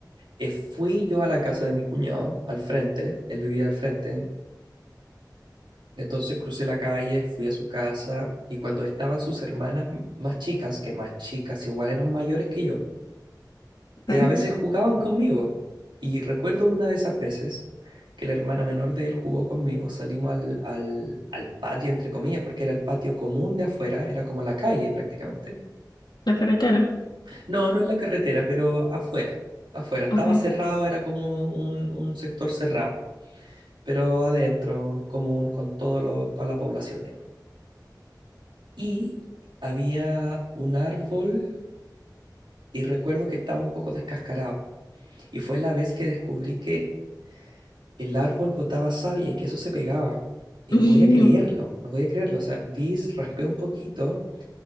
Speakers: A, on the right; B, on the left.
A: Eh, fui yo a la casa de mi cuñado, al frente, él vivía al frente, entonces crucé la calle, fui a su casa y cuando estaban sus hermanas m- más chicas, que más chicas igual eran mayores que yo, eh,
B: bueno,
A: a veces jugaban conmigo. Y recuerdo una de esas veces que la hermana menor de él jugó conmigo, salimos al, al, al patio, entre comillas, porque era el patio común de afuera, era como la calle prácticamente.
B: la carretera,
A: No, no en la carretera, pero afuera, afuera, estaba
B: ok.
A: cerrado, era como un un sector cerrado. pero adentro, en común con todo lo- toda la población, digamos. Y había un árbol y recuerdo que estaba un poco descascarado. Y fue la vez que descubrí que el árbol botaba savia y que eso se pegaba. Y
B: <laughs>
A: no podía creerlo, no podía creerlo. O sea, vi, raspé un poquito